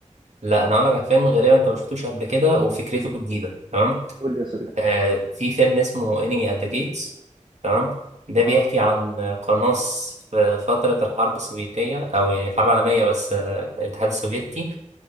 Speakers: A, on the right; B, on the right.
A: لا انا هقول لك على فيلم غالبا انت ما شفتوش قبل كده وفكرته
B: قول لي
A: جديده تمام
B: قول لي يا صديقي
A: آه في فيلم اسمه انمي ات ذا جيتس تمام ده بيحكي
B: اه
A: عن قناص في فترة الحرب السوفيتية أو يعني الحرب العالمية بس آه، الاتحاد السوفيتي